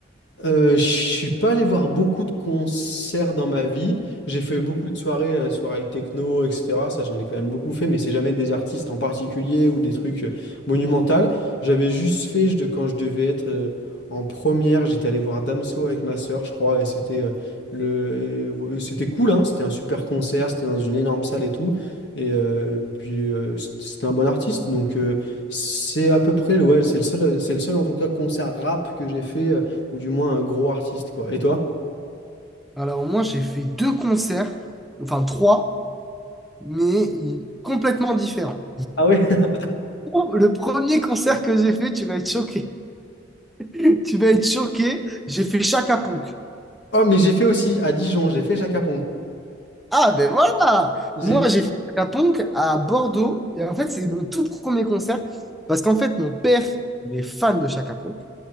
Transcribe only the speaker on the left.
Euh, je suis pas allé voir beaucoup de concerts dans ma vie. J'ai fait beaucoup de soirées, euh, soirées techno, etc. Ça, j'en ai quand même beaucoup fait, mais c'est jamais des artistes en particulier ou des trucs euh, monumentaux. J'avais juste fait, je, de- quand je devais être euh, en première, j'étais allé voir Damso avec ma sœur, je crois, et c'était euh, le, euh, c'était cool, hein. C'était un super concert, c'était dans une énorme salle et tout. Et euh, puis euh, c- c'était un bon artiste, donc euh, c'est à peu près le, ouais, c'est le seul, c'est le seul en tout cas concert rap que j'ai fait. euh, ou du moins un gros artiste, quoi. Et toi?
Ah ouais? <laughs>
Oh, mais j'ai fait aussi à Dijon, j'ai fait Jacques à
J'ai...